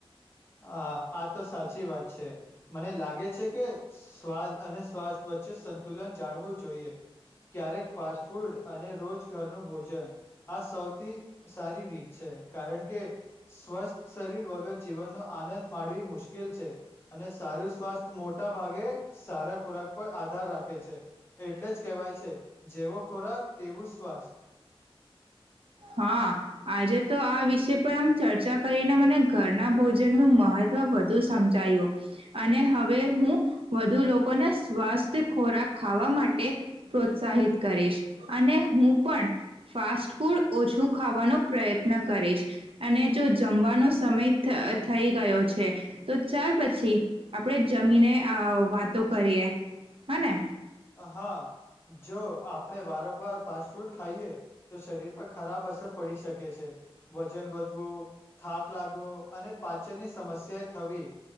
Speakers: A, on the left; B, on the right.
A: હા આ તો સાચી વાત છે, મને લાગે છે કે સ્વાદ અને સ્વાસ્થ વચ્ચે સંતુલન જાણવું જોઈએ, ક્યારેક ફાસ્ટ ફૂડ અને રોજ ઘરનું ભોજન, આ સૌથી સારી રીત છે કારણ કે, સ્વસ્થ શરીર વગર જીવનનો આનંદ માણવી મુશ્કેલ છે. અને સારું સ્વાસ્થ મોટા ભાગે સારા ખોરાક પર આધાર રાખે છે, એટલે જ કહેવાય છે જેવો ખોરાક તેવું સ્વાસ્થ.
B: હા આજે તો આ વિષય પર આમ ચર્ચા કરીને મને ઘરના ભોજનનું મહત્વ વધુ સમજાયું, અને હવે હું વધુ લોકોને સ્વસ્થ ખોરાક ખાવા માટે પ્રોત્સાહિત કરીશ, અને હું પણ ફાસ્ટ ફૂડ ઓછું ખાવાનો પ્રયત્ન કરીશ, અને જો જમવાનો સમય થ થઈ ગયો છે, તો ચલ પછી આપણેે જમીને અ વાતો કરીએ હને.
A: અ હા. જો આપણે વારંવાર ફાસ્ટ ફૂડ ખાઈએ તો શરીર પર ખરાબ અસર પડી શકે છે, વજન વધવું. થાક લાગવો, અને પા છની સમસ્યા થવી